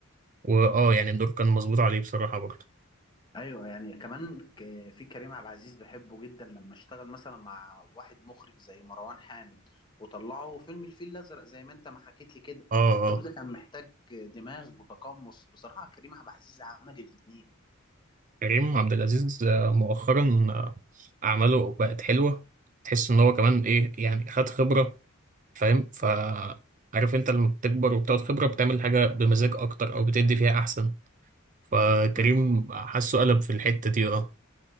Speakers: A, on the right; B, on the left.
A: واه يعني الدور كان مظبوط عليه بصراحة برضه
B: ايوه يعني كمان ك- في كريم عبد العزيز بحبه جدا لما اشتغل مثلا مع واحد مخرج زي مروان حامد وطلعوا فيلم الفيل الازرق زي ما انت ما حكيت لي كده
A: اه
B: الدور
A: اه
B: ده كان محتاج دماغ وتقمص بصراحه كريم عبد العزيز عمل الاثنين
A: كريم عبد العزيز آه، مؤخرا آه، أعماله بقت حلوة تحس إن هو كمان إيه يعني خد خبرة فاهم ف عارف أنت لما بتكبر وبتاخد خبرة بتعمل حاجة بمزاج أكتر أو بتدي فيها أحسن فكريم
B: مم.
A: حاسه قلب في الحتة دي اه